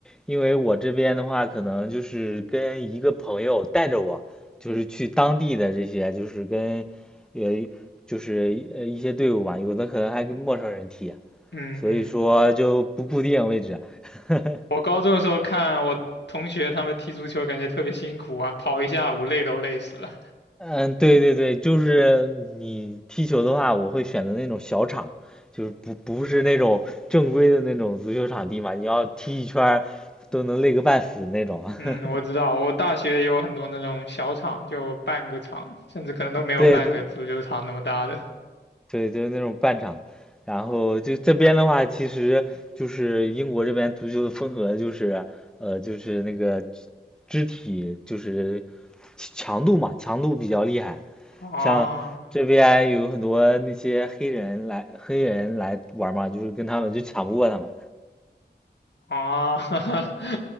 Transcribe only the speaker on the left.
嗯嗯，
我高中的时候看我同学他们踢足球，感觉特别辛苦啊，跑一下午累都累死了。
嗯，
我知道，我大学也有很多那种小场，就半个场，甚至可能都没有半个足球场那么大的。
啊
啊，<laughs>